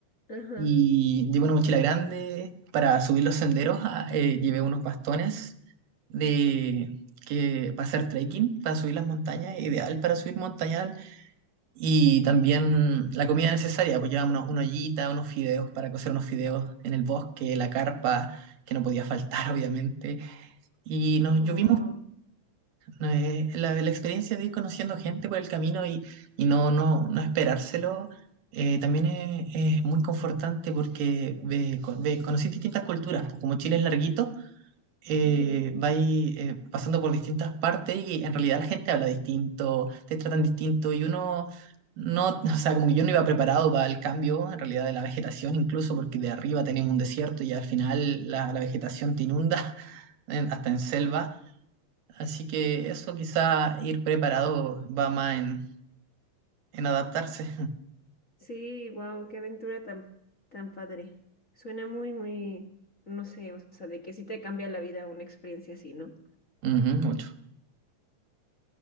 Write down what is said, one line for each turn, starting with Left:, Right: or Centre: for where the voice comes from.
Left: Ajá.
Right: Y llevo una mochila grande para subir los senderos, ah, eh, llevé unos bastones de que para hacer trekking, para subir las montañas, ideal para subir montañal y también la comida necesaria, pues llevaba una, una ollita, unos fideos para cocer unos fideos en el bosque, la carpa que no podía faltar <laughs> obviamente y nos
Left: Wow.
Right: llovimos
Left: Ajá.
Right: eh, la, la experiencia de ir conociendo gente por el camino y, y no, no, no esperárselo eh, también es, es muy confortante porque ve, co- ve- conocí distintas culturas, pues como Chile es larguito, eh,
Left: Guau.
Right: vais eh, pasando por distintas partes y en realidad la gente habla distinto, te tratan distinto y uno no, <laughs> o sea, como que yo no iba preparado para el cambio en realidad de la vegetación incluso porque de arriba tenemos un desierto y al final la, la vegetación te inunda <laughs> en- hasta en selva. Así que eso quizá ir preparado va más en, en adaptarse.
Left: Sí, wow, qué aventura tan, tan padre. Suena muy, muy, no sé, o sea, de que sí te cambia la vida una experiencia así, ¿no?
Right: Ujú, mucho.